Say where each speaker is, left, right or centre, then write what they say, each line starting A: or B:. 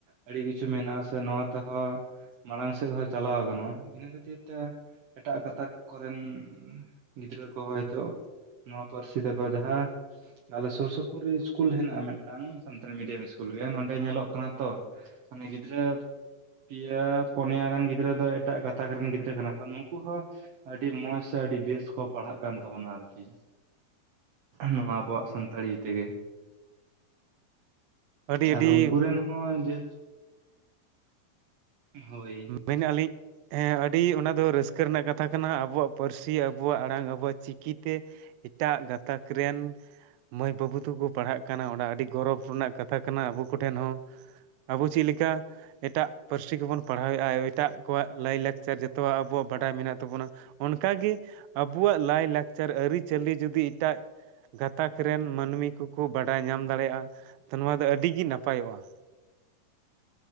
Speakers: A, on the right; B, on the right.
A: ᱟᱹᱰᱤ ᱠᱤᱪᱷᱩ ᱢᱮᱱᱟᱜᱼᱟ ᱥᱮ ᱱᱚᱣᱟ ᱛᱮᱦᱚᱸ ᱢᱟᱲᱟᱝ ᱥᱮᱫ ᱦᱚᱸ ᱪᱟᱞᱟᱣ ᱜᱟᱱᱚᱜᱼᱟ, ᱤᱱᱟᱹ ᱠᱷᱟᱹᱛᱤᱨ ᱛᱮ ᱮᱴᱟᱜ ᱜᱟᱛᱟᱠ ᱠᱚᱨᱮᱱ ᱜᱤᱫᱽᱨᱟᱹ ᱠᱚ ᱦᱚᱭᱛᱳ ᱱᱚᱣᱟ ᱯᱟᱹᱨᱥᱤ ᱛᱮᱠᱚ ᱡᱟᱦᱟ ᱟᱞᱮ ᱥᱩᱨ ᱥᱩᱯᱩᱨ ᱤᱥᱠᱩᱞ ᱦᱮᱸᱱᱟᱜᱼᱟ ᱢᱤᱫᱴᱟᱝ ᱥᱟᱱᱛᱟᱲᱤ ᱢᱤᱰᱤᱭᱟᱢ ᱤᱥᱠᱩᱞ ᱜᱮ ᱱᱚᱸᱰᱮ ᱧᱮᱞᱚᱜ ᱠᱟᱱᱟ ᱛᱚ ᱢᱟᱱᱮ ᱜᱤᱫᱽᱨᱟᱹ ᱯᱮᱭᱟ ᱯᱩᱱᱭᱟ ᱜᱟᱱ ᱜᱤᱫᱽᱨᱟᱹ ᱫᱚ ᱮᱴᱟᱜ ᱜᱟᱛᱟᱠ ᱨᱮᱱ ᱜᱤᱫᱽᱨᱟᱹ ᱠᱟᱱᱟ ᱠᱚ ᱱᱩᱠᱩ ᱦᱚᱸ ᱟᱹᱰᱤ ᱢᱚᱸᱡ ᱥᱮ ᱟᱹᱰᱤ ᱵᱮᱥ ᱠᱚ ᱯᱟᱲᱦᱟᱜ ᱠᱟᱱ ᱛᱟᱵᱚᱱᱟ ᱟᱨᱠᱤ᱾ ᱱᱚᱣᱟ ᱟᱵᱚᱣᱟᱜ ᱥᱟᱱᱛᱟᱲᱤ ᱛᱮᱜᱮ᱾
B: ᱟᱹᱰᱤ ᱟᱹᱰᱤ
A: ᱟᱫᱚ ᱩᱝᱠᱩ ᱨᱮᱱ ᱦᱚᱸ ᱡᱮ ᱦᱳᱭ᱾
B: ᱢᱮᱱᱮᱫᱼᱟᱞᱤᱧ ᱦᱮᱸ ᱟᱹᱰᱤ ᱚᱱᱟ ᱫᱚ ᱨᱟᱹᱥᱠᱟᱹ ᱨᱮᱱᱟᱜ ᱠᱟᱛ ᱛᱷᱟ ᱠᱟᱱᱟ ᱟᱵᱚᱣᱟᱜ ᱯᱟᱹᱨᱥᱤ, ᱟᱵᱚᱣᱟᱜ ᱟᱲᱟᱝ, ᱟᱵᱚᱣᱟᱜ ᱪᱤᱠᱤ ᱛᱮ ᱮᱴᱟᱜ ᱜᱟᱛᱟᱠ ᱨᱮᱱ ᱢᱟᱹᱭ ᱵᱟᱹᱵᱩ ᱛᱮᱠᱚ ᱯᱟᱲᱦᱟᱜ ᱠᱟᱱᱟ ᱚᱱᱟ ᱟᱹᱰᱤ ᱜᱚᱨᱚᱵᱽ ᱨᱮᱱᱟᱜ ᱠᱟᱛᱷᱟ ᱠᱟᱱᱟ ᱟᱵᱚ ᱠᱚᱴᱷᱮᱱ ᱦᱚᱸ ᱟᱵᱚ ᱪᱮᱫ ᱞᱮᱠᱟ ᱮᱴᱟᱜ ᱯᱟᱹᱨᱥᱤ ᱠᱚᱵᱚᱱ ᱯᱟᱲᱦᱟᱣᱮᱫᱼᱟ ᱮᱴᱟᱜ ᱠᱚᱣᱟᱜ ᱞᱟᱭ ᱞᱟᱠᱪᱟᱨ ᱡᱚᱛᱚᱣᱟᱜ ᱟᱵᱚᱣᱟᱜ ᱵᱟᱰᱟᱭ ᱢᱮᱱᱟᱜ ᱛᱟᱵᱚᱱᱟ᱾ ᱚᱱᱠᱟ ᱜᱮ ᱟᱵᱚᱣᱟᱜ ᱞᱟᱭᱼᱞᱟᱠᱪᱟᱨ ᱟᱹᱨᱤ ᱪᱟᱹᱞᱤ ᱡᱩᱫᱤ ᱮᱴᱟᱜ ᱜᱟᱛᱟᱠ ᱨᱮᱱ ᱢᱟᱹᱱᱢᱤ ᱠᱩᱠᱚ ᱵᱟᱰᱟᱭ ᱧᱟᱢ ᱫᱟᱲᱮᱭᱟᱜ-ᱟ ᱛᱚ ᱱᱚᱣᱟ ᱫᱚ ᱟᱹᱰᱤ ᱜᱮ ᱱᱟᱯᱟᱭᱚᱜ-ᱟ ᱾